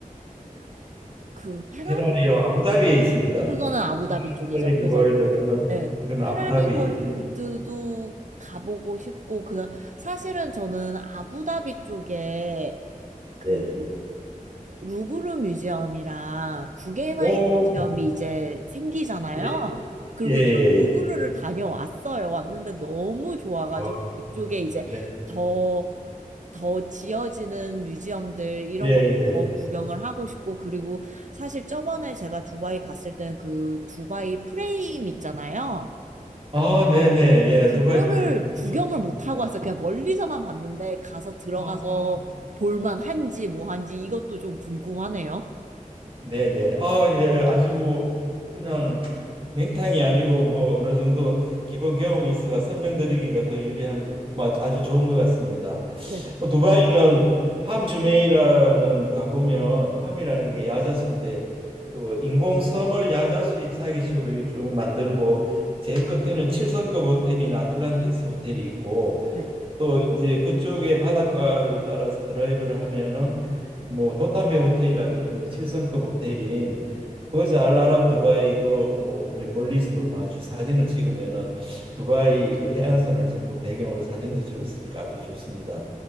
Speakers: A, on the right; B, on the right.
A: 그 페라리
B: 페라리요
A: 월드
B: 아부다비에 있습니다.
A: 그거는 아부다비 쪽이죠.
B: 페라리
A: 그래서
B: 월드는
A: 네,
B: 이건 아부다비에
A: 페라리 월드도 가보고 싶고 그 사실은 저는 아부다비 쪽에 그
B: 예.
A: 루브르 뮤지엄이랑 구겐하임
B: 오,
A: 뮤지엄이 이제 생기잖아요.
B: 예,
A: 그리고
B: 예, 예.
A: 저 루브르를
B: 예.
A: 다녀왔어요. 왔는데 너무 좋아가지고
B: 어,
A: 그쪽에 이제
B: 네.
A: 더, 더 지어지는 뮤지엄들 이런
B: 예,
A: 것도
B: 예.
A: 더 구경을 하고 싶고 그리고 사실 저번에 제가 두바이 갔을 때는 그 두바이 프레임 있잖아요.
B: 아, 네, 네. 예,
A: 그거를
B: 두바이 프레임
A: 구경을
B: 저도 가봤습니다.
A: 못 하고 왔어요. 그냥 멀리서만 봤는데 가서 들어가서
B: 아,
A: 볼만 한지 뭐 한지 이것도 좀 궁금하네요.
B: 네, 네. 아, 예. 아주 뭐 그냥 맹탕이 아니고 뭐 어느 정도 기본 경험이 있어가 설명드리기가 더 유리한 거, 뭐 아주 좋은 것 같습니다.
A: 네네.
B: 뭐 두바이는 팜주메이라는 가보면 팜이라는 게 야자수인데 그 인공섬을 야자수 잎사귀 식으로 쭉 만들고 제일 끝에는 칠성급 호텔인 아틀란티스 호텔이 있고
A: 네.
B: 또 이제 그쪽에 바닷가를 따라서 드라이브를 하면은 뭐 돛담배 호텔이라 그러는데 칠성급 호텔인 버즈 알 아랍 두바이도 뭐 우리 멀리서 보면 아주 사진을 찍으면은 두바이 그 해안선을 전부 배경으로 사진도 찍을 수 있으니까 아주 좋습니다.